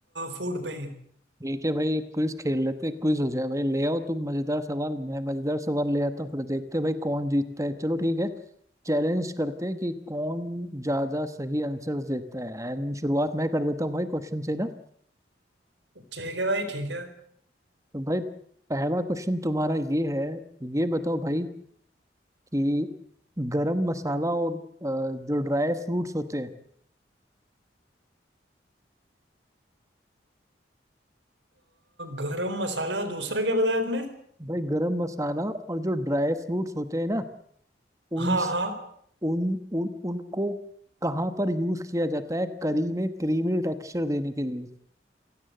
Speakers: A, on the right; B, on the right.
A: फूड पे ही
B: ठीक है भाई एक क्विज खेल लेते हैं क्विज हो जाए भाई ले आओ तुम मजेदार सवाल मैं मजेदार सवाल ले आता हूँ फिर देखते हैं भाई कौन जीतता है चलो ठीक है चैलेंज करते हैं कि कौन ज्यादा सही आंसर्स देता है एंड शुरुआत मैं कर देता हूँ भाई क्वेश्चन से ना
A: ठीक है भाई ठीक है अ,
B: तो भाई पहला क्वेश्चन तुम्हारा ये है ये बताओ भाई कि गरम मसाला और अ, जो ड्राई फ्रूट्स होते हैं
A: गरम मसाला दूसरा क्या बताया आपने
B: भाई गरम मसाला और जो ड्राई फ्रूट्स होते हैं ना उन
A: हाँ हाँ
B: उन, उन उनको कहाँ पर यूज किया जाता है करी में क्रीमी टेक्सचर देने के लिए